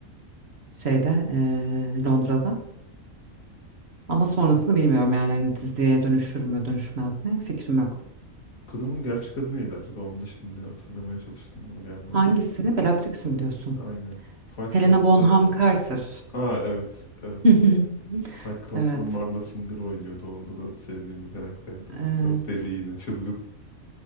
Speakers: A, on the right; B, on the left.
A: şeyde eee, Londra'da. Ama sonrasını bilmiyorum yani hani diziye dönüşür mü dönüşmez mi fikrim yok.
B: Kadının gerçek adı neydi acaba? Onu da şimdi hatırlamaya çalıştım ama gelmedi.
A: Hangisini Bellatrix mi diyorsun?
B: Aynen. Fight
A: Helena
B: Club'da
A: Bonham
B: da
A: Carter.
B: Aa evet, evet.
A: <laughs>
B: Fight Club'da
A: Evet,
B: da Marla Singer oynuyordu. Orada da sevdiğim bir karakterdi.
A: evet,
B: Biraz deli yine, çılgın.